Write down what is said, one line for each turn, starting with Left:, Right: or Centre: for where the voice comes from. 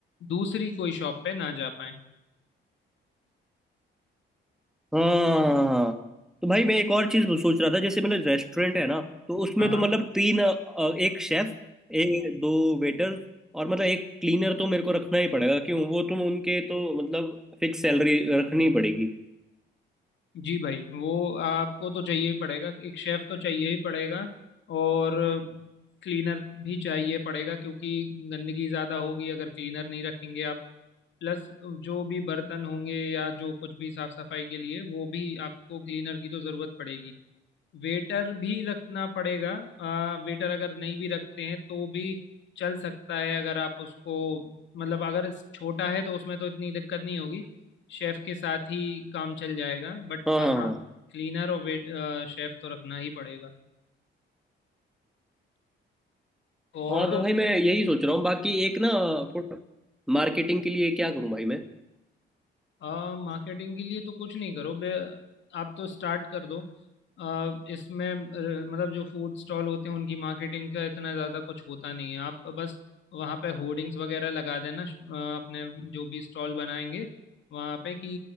Left: दूसरी कोई शॉप पे ना जा पाए
Centre: हाँ हाँ हाँ। तो भाई मैं एक और चीज सोच रहा था जैसे मतलब रेस्टोरेंट है ना तो उसमें
Left: हाँ हाँ
Centre: तो मतलब तीन अ, एक शेफ एक दो वेटर और मतलब एक क्लीनर तो मेरे को रखना ही पड़ेगा क्यों वो तुम उनके तो मतलब फिक्स सैलरी रखनी पड़ेगी
Left: जी भाई वो आपको तो चाहिए ही पड़ेगा एक शेफ तो चाहिए ही पड़ेगा और क्लीनर भी चाहिए पड़ेगा क्योंकि गंदगी ज़्यादा होगी अगर क्लीनर नहीं रखेंगे आप प्लस जो भी बर्तन होंगे या जो कुछ भी साफ सफाई के लिए वो भी आपको क्लीनर की तो ज़रूरत पड़ेगी वेटर भी रखना पड़ेगा आ, वेटर अगर नहीं भी रखते हैं तो भी चल सकता है अगर आप उसको मतलब अगर छोटा है तो उसमें तो इतनी दिक्कत नहीं होगी शेफ के साथ ही काम चल जाएगा बट
Centre: हाँ
Left: हाँ
Centre: हाँ
Left: क्लीनर और वेट शेफ तो रखना ही पड़ेगा और
Centre: हाँ तो भाई मैं यही सोच रहा हूँ बाकी एक ना थोड़ा मार्केटिंग के लिए क्या करूँ भाई मैं
Left: आ, मार्केटिंग के लिए तो कुछ नहीं करो बे आप तो स्टार्ट कर दो आ, इसमें अ, मतलब जो फूड स्टॉल होते हैं उनकी मार्केटिंग का इतना ज़्यादा कुछ होता नहीं है आप बस वहाँ पे होर्डिंग्स वगैरह लगा देना अ, अपने जो भी स्टॉल बनाएंगे वहाँ पे कि